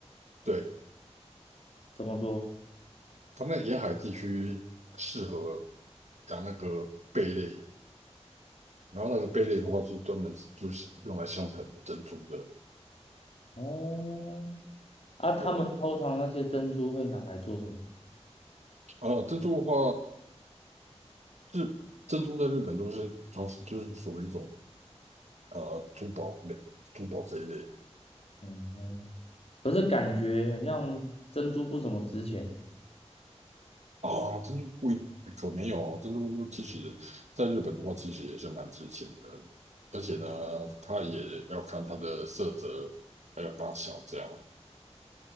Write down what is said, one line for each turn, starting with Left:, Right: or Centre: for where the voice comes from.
Right: 对，
Left: 怎么说？
Right: 它那沿海地区适合养那个贝类，然后那个贝类的话是专门就是用来生产珍珠的。
Left: 哦，啊，他们通常那些珍珠会拿来做什么？
Right: 对不对？哦，珍珠的话，日珍珠在日本都是传，就是属于一种呃珠宝类、珠宝这一类
Left: 嗯，可是感觉很像珍珠不怎么值钱呢
Right: 啊。珍珠贵可没有哦，珍珠其实在日本的话，其实也是蛮值钱的，而且呢，它也要看它的色泽还有大小这样。